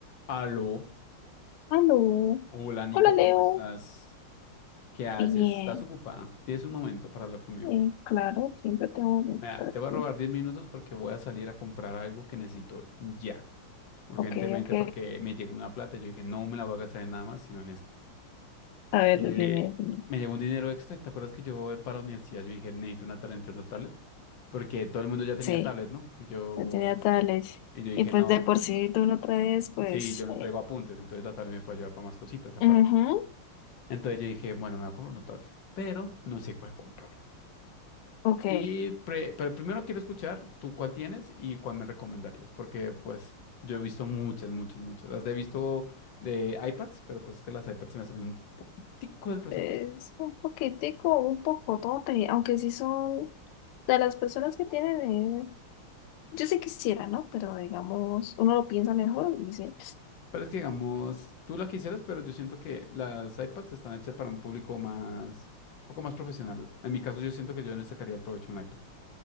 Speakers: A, on the left (about 65°); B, on the left (about 85°).
A: Aló,
B: Aló.
A: hola Nico,
B: Hola, Leo.
A: ¿cómo estás? ¿Qué haces?
B: Bien.
A: ¿Estás ocupada? ¿Tienes un momento para hablar conmigo?
B: Eh, claro, siempre tengo que
A: Mira,
B: estar
A: te
B: aquí.
A: voy a robar 10 minutos porque voy a salir a comprar algo que necesito ya, urgentemente,
B: Ok, ok.
A: porque me llegó una plata y yo dije, no me la voy a gastar en nada más, sino en esto.
B: A ver,
A: Eh,
B: dime, dime.
A: me llegó un dinero extra y ¿te acuerdas que yo voy para la universidad? Yo dije, necesito una tablet, una tablet, porque todo el mundo ya tenía
B: Sí,
A: tablet, ¿no? Y yo,
B: yo tenía tales.
A: y yo dije,
B: Y pues
A: no,
B: de por sí tú no traes, pues.
A: sí, yo no
B: Eh.
A: traigo apuntes, entonces la tablet me puede ayudar para más cositas aparte.
B: ujú,
A: Entonces yo dije, bueno, me voy a comprar una tablet, pero no sé cuál comprar.
B: Ok.
A: Y pre- pero primero quiero escuchar tú cuál tienes y cuál me recomendarías, porque pues yo he visto muchas, muchas, muchas. Las he visto de iPads, pero pues es que las iPads se me salen un poquitico del presupuesto.
B: Es un poquitico, un poco tote, aunque sí son de las personas que tienen. eh, Yo sí quisiera, ¿no? Pero digamos, uno lo piensa mejor y dice.
A: Pero es que digamos, tú la quisieras, pero yo siento que las iPads están hechas para un público más, un poco más profesional. En mi caso, yo siento que yo no sacaría el provecho de un iPad.